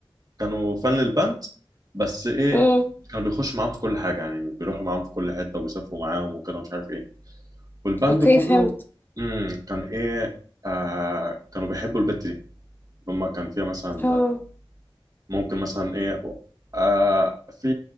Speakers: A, on the right; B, on the left.
A: كانوا فان للباند بس ايه
B: امم
A: كانوا بيخشوا معاهم في كل حاجة يعني بيروحوا معاهم في كل حتة وبيسافروا معاهم وكده ومش عارف ايه والباند
B: اوكي
A: كله
B: فهمت
A: امم كان ايه آه كانوا بيحبوا البت دي هما كان فيها مثلا
B: آه.
A: ممكن مثلا ايه آه في